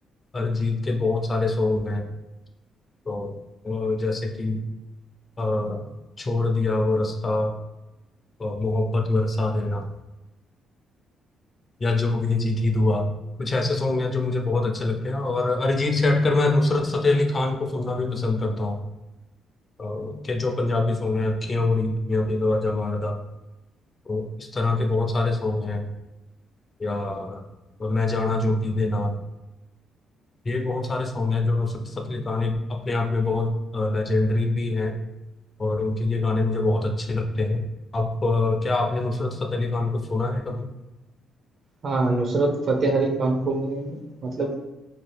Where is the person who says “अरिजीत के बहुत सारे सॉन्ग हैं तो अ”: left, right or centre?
Left